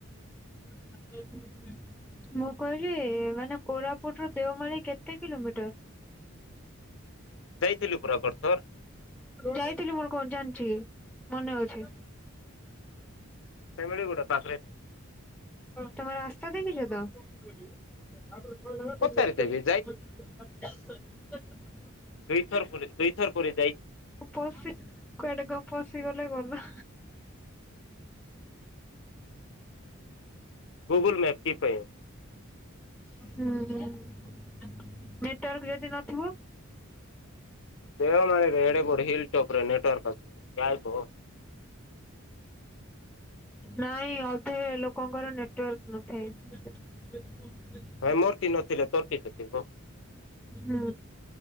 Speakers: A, in the centre; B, on the left.
A: <unintelligible> ମୁଁ କହିଲି ମାନେ କୋରାପୁଟରୁ ଦେଓମାଳିୀ କେତେ କିଲୋମିଟର୍?
B: ଯାଇଥିଲି ପୁରା ଏ ବର୍ତ୍ତ
A: ଯାଇଥିଲି ମୋର କଣ ଜାଣିଚି ମନେ ଅଛି?
B: ସେମାଳି କୋଉଟା ପାଖରେ
A: ତମେ ରାସ୍ତା ଦେଖିଚତ? <unintelligible>
B: ପଚାରିଦେବି ଦେଇଥର ପୁରେ ଦେଇଥର ପୁରେ ଯାଇ
A: ପଶି କୁଆଡ଼େ କଣ ପଶିଗଲେ ଗଲା।
B: ଗୁଗୁଲ୍ ମ୍ୟାପ୍ କି ପାଇଁ।
A: ହୁଁ ହୁଁ ନେଟୱାର୍କ ଯଦି ନଥିବ?
B: ଦେଓମାଳିରେ ଏଡ଼େ ବଡ଼ ହିଲ୍ ଟୋପରେ ନେଟୱାର୍କ୍ ଆସେ କାଇଁଗୋ
A: ନାଇଁ ଅଧେ ଲୋକଙ୍କର ନେଟୱାର୍କ ନଥାଏ। <unintelligible>
B: ହଁ ମୋରତି ନଥିଲେ ତୋରକିତ ଥିବ।
A: ହୁଁ